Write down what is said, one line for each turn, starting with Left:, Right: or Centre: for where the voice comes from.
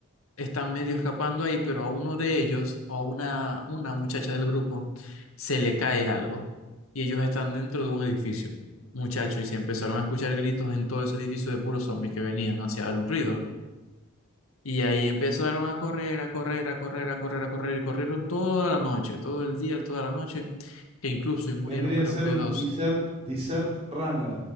Left: están medio escapando ahí, pero a uno de ellos o a una, una muchacha del grupo se le cae algo y ellos están dentro de un edificio, muchacho y se empezaron a escuchar gritos en todo ese edificio de puros zombies que venían hacia el ruido. Y ahí empezaron a correr, a correr, a correr, a correr, a correr, y corrieron toda la noche, todo el día, toda la noche, que incluso y murieron
Right: Vendría
Left: creo
Right: a ser
Left: que
Right: un
Left: dos.
Right: desert, desert runner.